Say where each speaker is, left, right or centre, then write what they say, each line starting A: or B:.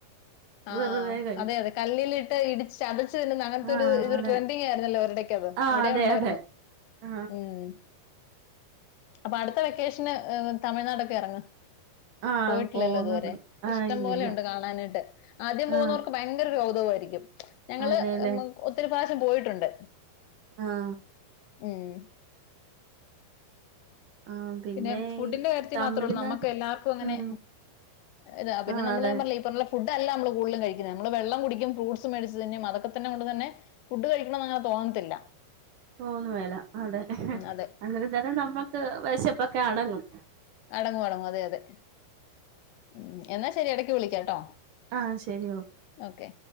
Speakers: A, on the left; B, on the right.
A: ആഹ്
B: വെറുതെ കഴി
A: അതെ അതെ കല്ലിലിട്ട് ഇടിച്ച് ചതച്ചുതിന്ന് അങ്ങനത്തെ
B: ആ
A: ഒരു ഇരു
B: അതെ
A: ട്രെൻഡിങ് ആയിരുന്നല്ലോ ഒരിടേക്ക് അത്
B: ആ
A: ഇവിടെ
B: അതെ
A: ഉണ്ടായിരുന്നു
B: അതെ ആ
A: ഉം അപ്പൊ അടുത്ത വെക്കേഷന് തമിഴ്നാടൊക്കെ ഇറങ്ങ്
B: ആ
A: പോയിട്ടില്ലല്ലോ
B: പോകുന്നുണ്ട്
A: ഇതുവരെ
B: ആ
A: ഇഷ്ടം
B: ഇല്ലില്ല
A: പോലെുണ്ട് കാണാനായിട്ട് ആദ്യം
B: ആ
A: പോകുന്നവർക്ക് ഭയങ്കരൊരു കൗതുകമായിരിക്കും ഞങ്ങള്
B: അതെല്ലേ
A: ഒത്തിരി പ്രാവശ്യം പോയിട്ടുണ്ട്
B: ആഹ്
A: ഉം
B: ആ
A: പിന്നെ ഫുഡിന്റെ
B: ഈ
A: കാര്യത്തിൽ
B: തമിഴ്നാട്
A: മാത്രേ ഉള്ളൂ നമ്മുക്ക് എല്ലാർക്കും അങ്ങനെ
B: ഉം
A: എന്നാ പിന്നെ
B: ആ
A: നമ്മള്
B: അതെ
A: ഞാൻ പറഞ്ഞില്ലേ ഈ പറ <unintelligible> ഫുഡല്ല നമ്മള് കൂടലും കഴിക്കുന്നെ നമ്മള് വെള്ളം കുടിക്കും ഫ്രൂഡ്സ് മേടിച്ച് തിന്നും അതൊക്കെതന്നെ കൊണ്ട് തന്നെ ഫുഡ് കഴിക്കണന്ന് അങ്ങനെ തോന്നത്തില്ലാ
B: തോന്നു വേലാ അതെ
A: അതെ.
B: അന്നേരം നമ്മക്ക് വെശപ്പൊക്കെ അടങ്ങും
A: അടങ്ങും അടങ്ങും അതെ അതെ ഉം എന്നാ ശരി എടക്ക് വിളിക്കാട്ടോ
B: ആഹ് ശരി
A: ഓക്കെ